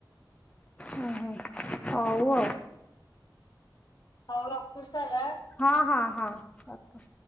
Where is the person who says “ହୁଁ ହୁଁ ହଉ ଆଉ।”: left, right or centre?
Left